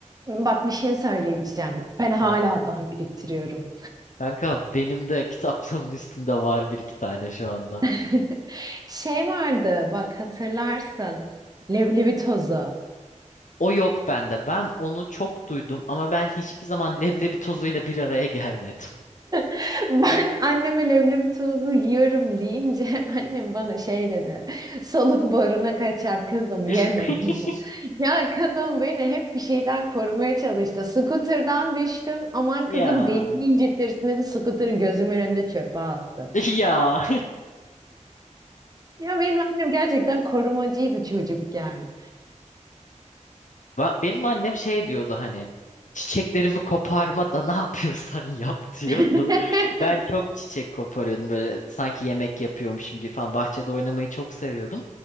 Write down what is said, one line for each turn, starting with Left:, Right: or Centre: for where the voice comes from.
Right: Bak bir şey söyleyeceğim. Ben hala
Left: Ha.
Right: daha biriktiriyorum.
Left: Kanka benim de kitaplığımın üstünde var bir iki tane şu anda.
Right: <laughs> Şey vardı bak hatırlarsın. Leblebi tozu.
Left: O yok bende. Ben onu çok duydum ama ben hiçbir zaman leblebi tozuyla bir araya gelmedim.
Right: <laughs> Ben anneme leblebi tozu yiyorum deyince <laughs> annem bana şey dedi. Soluk boruna kaçar kızım yeme
Left: <laughs>
Right: dedi. Ya kadın beni hep bir şeyden korumaya çalıştı. Scooter'dan düştüm. Aman
Left: Ya.
Right: kızım belini incitirsin dedi. Scooter'ı gözümün önünde çöpe attı.
Left: <laughs> Ya.
Right: Ya benim annem gerçekten korumacıydı çocukken.
Left: Ba- Benim annem şey diyordu hani çiçeklerimi koparma da ne yapıyorsan <laughs> yap diyordu.
Right: <laughs>
Left: Ben çok çiçek koparıyordum böyle sanki yemek yapıyormuşum gibi falan bahçede oynamayı çok seviyordum.